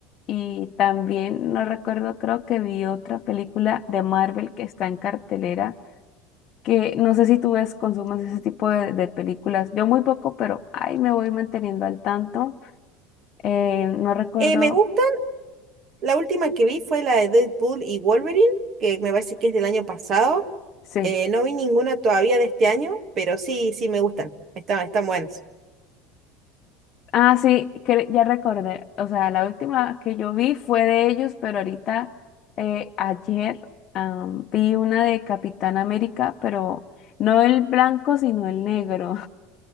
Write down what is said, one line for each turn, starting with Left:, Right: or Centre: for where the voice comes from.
Left: Y también no recuerdo, creo que vi otra película de Marvel que está en cartelera que no sé si tú ves, consumes ese tipo de, de películas. Yo muy poco, pero ahí me voy manteniendo al tanto. Eh, no recuerdo,
Right: Eh, me gusta, la última que vi fue la de Deadpool y Wolverine, que me parece que es del año pasado.
Left: sí.
Right: Eh, no vi ninguna todavía de este año, pero sí, sí me gustan. Están, están buenas.
Left: Ah, sí, que ya recordé. O sea, la última que yo vi fue de ellos, pero ahorita, eh, ayer, am, vi una de Capitán América, pero no el blanco, sino el negro.